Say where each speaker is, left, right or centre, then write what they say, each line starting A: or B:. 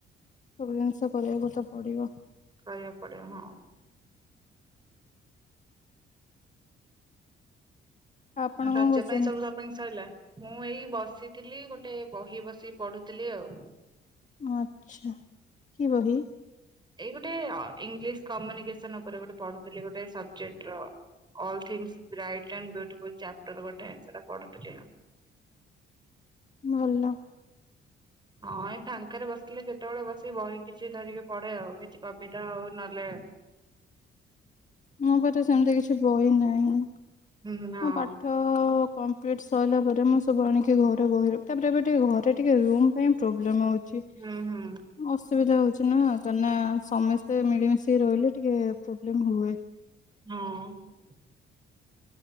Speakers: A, on the left; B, on the right.
A: ସବୁ ଜିନିଷ କରିବାକୁ ତ ପଡିବ।
B: କରିବାକୁ ପଡିବ। ହଁ।
A: ଆପଣ
B: ରଜ
A: କଣ କରୁଛନ୍ତି?
B: ପାଇଁ ସବୁ ସପିଂ ସରିଲା? ମୁଁ ଏଇ ବସିଥିଲି ଗୋଟେ ବହି ବସି ପଢୁଥିଲି ଆଉ।
A: ଆଚ୍ଛା। କି ବହି?
B: ଏଇ ଗୋଟେ ଅ ଇଂଲିଶ କମ୍ୟୁନିକେସନ ଉପରେଗୋଟେ ପଢ଼ୁଥିଲି ଗୋଟେ ସବଜେକ୍ଟର all things bright and beautiful chapter ଗୋଟେ ସେଟା ପଢ଼ୁଥିଲି ଆଉ।
A: ଭଲ।
B: ହଁ ଏଇ ଫାଙ୍କାରେ ବସିଲେ ଯେତେବେଳେ ବସିକି ବହି କିଛି ଧରିକି ପଢେ ଆଉ କିଛି କବିତା ହଉ ନହଲେ
A: ମୋ ପାରେ ସେମିତି କିଛି ବହି ନାହିଁ ମୋ
B: ହୁଁ ହୁଁ ହଁ
A: ପାଠ। କମ୍ପ୍ଲିଟ୍ ସରିଲା ପରେ ମୁଁ ସବୁ ଆଣିକି ଘରେ ବହ ର ତାପରେ ଏବେ ଟିକେ ଘରେ ଟିକେ ରୁମ୍ ପାଇଁ ପ୍ରୋବ୍ଲେମ୍ ହଉଛି।
B: ହୁଁ ହୁଁ
A: <unintelligible> ଅସୁବିଧା ହଉଛି ନା କାହିଁକିନା ସମସ୍ତେ ମିଳିମିଶିକି ରହିଲେ ଟିକେ ପ୍ରୋବ୍ଲେମ୍ ହୁଏ।
B: ହଁ।